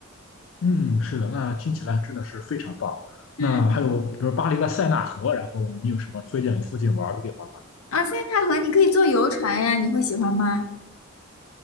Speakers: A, on the left (about 60°); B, on the left (about 80°).
A: 嗯，是的，那听起来真的是非常棒。
B: 嗯，
A: 那还有，比如巴黎的塞纳河，然后你有什么推荐附近玩的地方吗？
B: 啊，塞纳河你可以坐游船呀，你会喜欢吗？